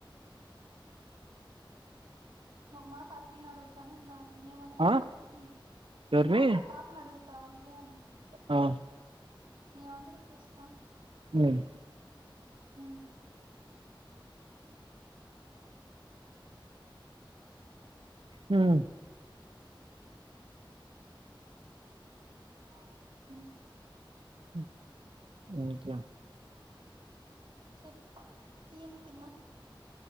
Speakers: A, on the right (about 65°); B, on the right (about 80°).
A: ఒక మాట ఆ పిల్లను అడుగుతాను ఇంగా ఏమంటందో
B: ఆ
A: చూసి ఒక
B: ఎవరిని
A: మాట ఆ పాపను అడుగు త విజయనీ
B: ఆ
A: మేం అందరూ చూస్తాం
B: ఉమ్
A: ఉహ్
B: హుమ్మ్
A: ఆ హా
B: హ్మ్ ఇంకే
A: చెప్పాలి ఎం తిన్నావ్